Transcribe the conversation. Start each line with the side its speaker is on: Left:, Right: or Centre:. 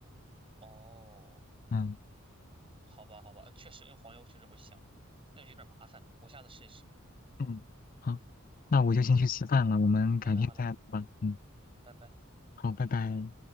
Right: 哦，
Left: 嗯
Right: 好吧，好吧，嗯确实用黄油确实会香，那有点麻烦，我下次试一试。
Left: 嗯，好，那我就先去吃饭了，
Right: 嗯，
Left: 我们改天再聊吧。
Right: 好嘞，好嘞，
Left: 嗯，
Right: 嗯，拜拜。
Left: 好，拜拜。